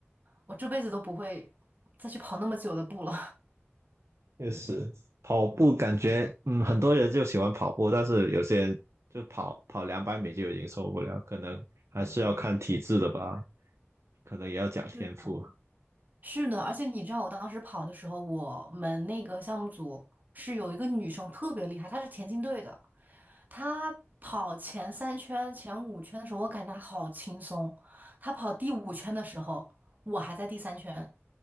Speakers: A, on the right (about 40°); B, on the right (about 80°).
A: 我这辈子都不会再去跑那么久的步了。
B: 确实，跑步感觉，嗯，很多人就喜欢跑步，但是有些人就跑跑两百米就已经受不了，可能还是要看体质的吧，可能也要讲天赋。
A: <laughs> 是的，而且你知道，我当时跑的时候，我们那个项目组是有一个女生特别厉害，她是田径队的，她跑前三圈、前五圈的时候，我感觉她好轻松，她跑第五圈的时候，我还在第三圈。